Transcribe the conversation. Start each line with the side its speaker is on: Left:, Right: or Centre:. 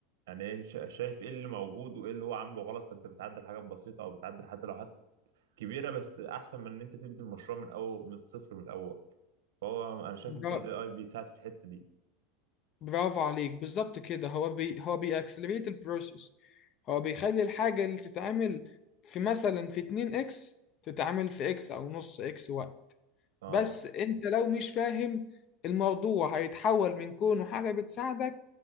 Right: يعني ايه شا- شايف ايه اللي موجود وايه اللي هو عامله غلط فانت بتعدل حاجات بسيطه او بتعدل حتى لو حاجات كبيره بس احسن من ان انت تبدي المشروع من اول من الصفر من الاول فهو انا شايف
Left: برا...
Right: ممكن الاي اي بيساعد في الحته دي
Left: برافو عليك بالظبط كده هو بي... هو بيأكسلريت البروسيس هو بيخلي الحاجة اللي تتعمل في مثلا في 2 اكس تتعمل في اكس او نص اكس وقت
Right: اه
Left: بس انت لو مش فاهم الموضوع هيتحول من كونه حاجة بتساعدك